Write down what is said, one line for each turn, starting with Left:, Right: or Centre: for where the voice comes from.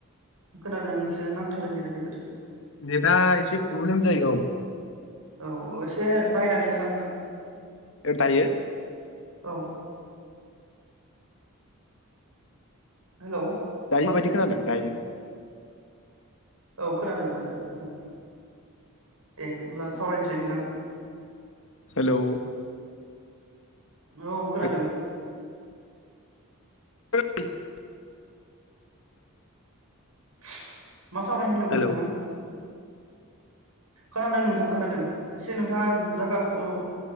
Right: खोनादोंसो नांथादों गेजेर गेजेर।
Left: नेटआ एसे प्रब्लेम जायो औ।
Right: औ एसे नायनानै था नोंथां।
Left: औ दायो
Right: औ। हेलौ।
Left: दायो माबायदि खोनादों दायो?
Right: औ खोनादों दासो ओं खोनादों दे होमब्ला सावरायनोसै नोंथां
Left: हेलौ
Right: औ खोनादों।
Left: हेलौ <unintelligible>
Right: <inaudible> मा सावरायनो होनदोंमोन
Left: हेलौ
Right: नोंथाङा? खोनादों नों थां खोनादों एसे नों जा-जागाखौ औ।